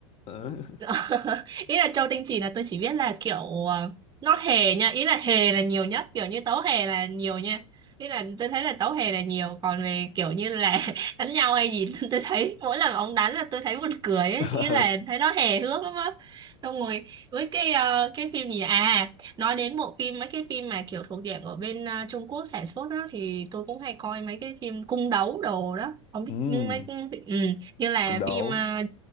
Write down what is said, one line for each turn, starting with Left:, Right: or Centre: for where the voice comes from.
Left: Ừ.
Right: <laughs> ý là châu tinh trì là tôi chỉ biết là kiểu ờ, nó hề nha ý là hề là nhiều nhất kiểu như tấu hề là nhiều nha ý là tôi thấy là tấu hề là nhiều còn về kiểu như là <laughs> đánh nhau hay gì <laughs> tôi thấy mỗi lần ông đánh là tôi thấy buồn cười ấy.
Left: <laughs>
Right: ý là thấy nó hề hước lắm á xong rồi với cái ờ, cái phim gì nhỉ? à nói đến bộ phim mấy cái phim mà kiểu thuộc diện ở bên ờ, Trung Quốc sản xuất đó thì tôi cũng hay coi mấy cái phim cung đấu đồ đó không biết
Left: Ừ,
Right: mấy cái- ừ, như là
Left: cũng đổ
Right: phim ờ,